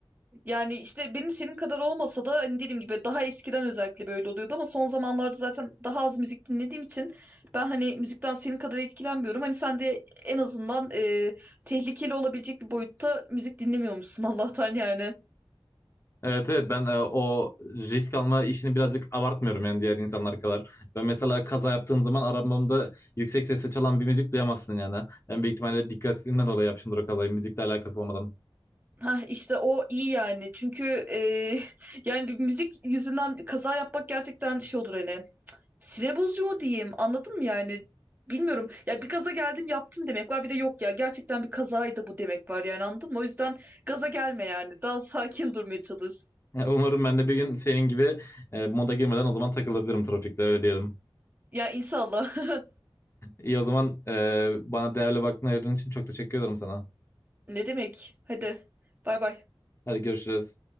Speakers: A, on the right (about 20°); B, on the left (about 30°).
A: Yani işte benim senin kadar olmasa da hani dediğim gibi daha eskiden özellikle böyle oluyordu ama son zamanlarda zaten daha az müzik dinlediğim için ben hani müzikten senin kadar etkilenmiyorum. Hani sen de en azından e, tehlikeli olabilecek bir boyutta müzik dinlemiyormuşsun <laughs> Allah'tan yani.
B: Evet evet ben e, o risk alma işini birazcık abartmıyorum yani diğer insanlar kadar. Ben mesela kaza yaptığım zaman arabamda yüksek sesle çalan bir müzik duyamazsın yani. Ben büyük ihtimalle dikkatsizliğimden dolayı yapmışımdır o kazayı müzikle alakası olmadan.
A: Ha işte o iyi yani çünkü e, <laughs> yani bir müzik yüzünden kaza yapmak gerçekten şey olur hani Sinir bozucu mu diyeyim? Anladın mı yani? Bilmiyorum. Ya bir gaza geldim yaptım demek var. Bir de yok ya gerçekten bir kazaydı bu demek var yani anladın mı? O yüzden gaza gelme yani. Daha sakin durmaya çalış.
B: Yani umarım ben de bir gün senin gibi e, moda girmeden o zaman takılabilirim trafikte öyle diyelim.
A: Ya inşallah. <laughs>
B: İyi o zaman e, bana değerli vaktini ayırdığın için çok teşekkür ederim sana.
A: Ne demek? Hadi. Bay bay.
B: Hadi görüşürüz.